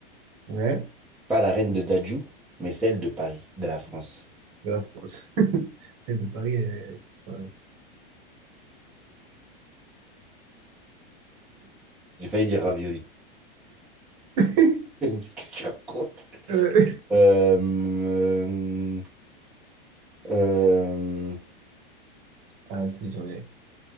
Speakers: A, on the right (about 40°); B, in the centre.
A: Ouais,
B: Pas la reine de Dadju, mais celle de Paris, de la France.
A: de la France. <laughs> Celle de Paris, elle, elle disparaît.
B: J'ai failli dire ravioli.
A: <laughs>
B: <laughs> Je me suis dit, Qu'est-ce que tu racontes?
A: Euh,
B: Euh, euh, euh,
A: Ah, si, j'en ai.